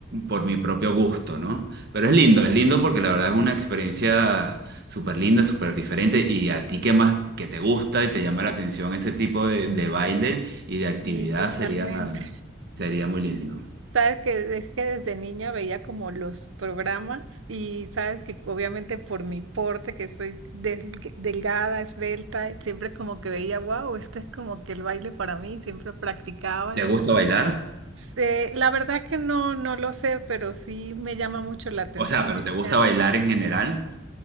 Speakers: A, on the right; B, on the right.
A: por mi propio gusto, ¿no? Pero es lindo, es lindo porque la verdad es una experiencia súper linda, súper diferente y a ti que más, que te gusta y te llama la atención ese tipo de, de baile y de actividad
B: sí, totalmente.
A: sería, sería muy lindo.
B: Sabes que es que desde niña veía como los programas y sabes que obviamente por mi porte, que soy desg- delgada, esbelta, siempre como que veía, wow, este es como que el baile para mí, siempre practicaba.
A: ¿Te
B: Entonces,
A: gusta bailar?
B: eh, la verdad que no, no lo sé, pero sí me llama mucho la atención.
A: O sea, pero ¿te
B: O
A: gusta
B: sea,
A: bailar en general?